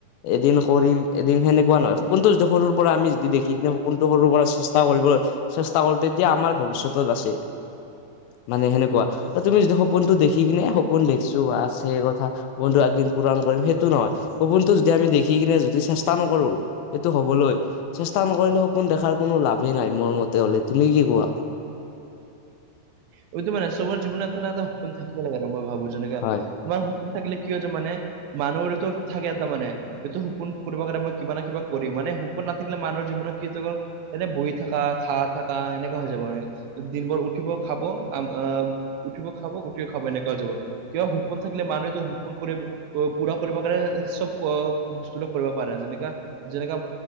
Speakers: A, on the left (about 80°); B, on the right (about 75°).
A: এদিন কৰিম এদিন সেনেকুৱা নহয় সপোনটো যদি সৰুৰ পৰা আমি যদি দেখি কিনে সুপোনটো সৰুৰ পৰা চে ষ্টা কৰিবলৈ চেষ্টা কৰো তেতিয়া আমাৰ ভৱিষ্যতত আছে মানে সেনেকুৱা তুমি যি সপোনতো দেখি কিনে সপোন দেখিছো বা আছে কথা সপোনটো একদিন পূৰণ কৰিম সেইটো নহয় সপোনটো যেতিয়া আমি দেখি কিনে যদি চেষ্টা নকৰো এইটো হবলৈ চেষ্টা নকৰিলে সপোন দেখাৰ কোনো লাভেই নাই মোৰ মতে হলে তুমি কি কোৱা
B: সয়টো মানে চবৰ জীৱনত এটা এটা সপোন থাকিব লাগে আৰু মই ভাবো যেনেকা
A: হয়
B: তোমাৰ সপোন থাকিলে কি হয় যে মানে মানুহ সৰেতো থাকে তাৰ মানে এইটো সপোন কৰিবৰ কাৰণ মই কিবা নহয় কিবা কৰিম মানে সপোন নাথাকিলে মানুহৰ জীৱনত কেতিয়াবা এনে বহি থাকা খা থাকা এনেকা হৈ যাব মনে দিন বোৰ উঠিব খাব আম আহ উঠিব খাব গোটেই খাব এনেকা হৈ যাব কিবা সপোন থাকিলে মানুহেতো হুপন কৰিব প পুৰা কৰিব কাৰণে চব বস্তৰে কৰিব পাৰে যেনেকা যেনেকা